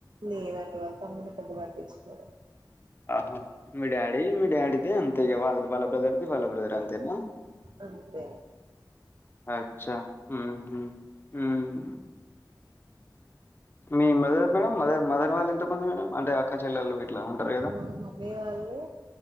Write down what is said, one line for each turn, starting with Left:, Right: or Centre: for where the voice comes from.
Right: లేదండి వాళ్ళ తమ్ముని పెద్ద పట్టిచ్చుకోడు
Left: ఆహా మీ డాడి మీ డాడీదే అంతే ఇగ వాళది వాళ్ళ బ్రదర్ వాళ్ళ బ్రదర్ అంతేనా
Right: అంతే
Left: అ చ్చ ఊహు హుమ్ మీ మదర్ మేడం మదర్ మదర్ వాళ్ళ ఎంతమంది మేడం అంటే అక్కా చెల్లెళ్ళు గిట్లా ఉంటారు కదా
Right: మా మమ్మీ వాళ్ళు